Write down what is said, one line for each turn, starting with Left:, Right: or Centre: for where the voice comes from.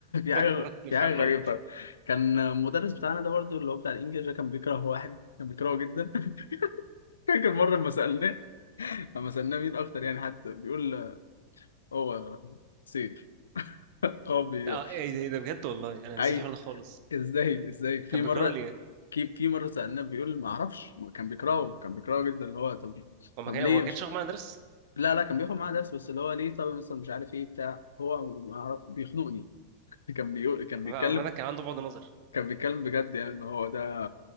Right: <laughs>
Left: حاجة
Right: مش
Left: في حاجة
Right: حاجة غلط
Left: غريبة كان المدرس بتاعنا ده برضه اللي هو بتاع الإنجليزي ده كان بيكره واحد كان بيكرهه جدا <laughs> فاكر مرة لما سألناه لما سألناه مين أكتر يعني حد بيقول هو سيف <laughs> هو بي
Right: اه ايه ده ايه ده بجد والله انا نسيت
Left: أي
Right: الحوار ده خالص
Left: إزاي إزاي في
Right: كان
Left: مرة
Right: بيكرهه ليه؟
Left: في في مرة سألناه بيقول ما أعرفش كان بيكرهه كان بيكرهه جدا اللي هو طب
Right: هو ما
Left: طب
Right: كان
Left: ليه
Right: هو ما كانش
Left: مش عارف.
Right: واخد معايا درس
Left: لا لا كان بياخد معاه درس بس اللي هو ليه طب مثلا مش عارف إيه بتاع هو ما أعرف بيخنقني <laughs> كان بيقول كان بيتكلم
Right: عامة كان عنده بعد نظر
Left: كان بيتكلم بجد يعني اللي هو ده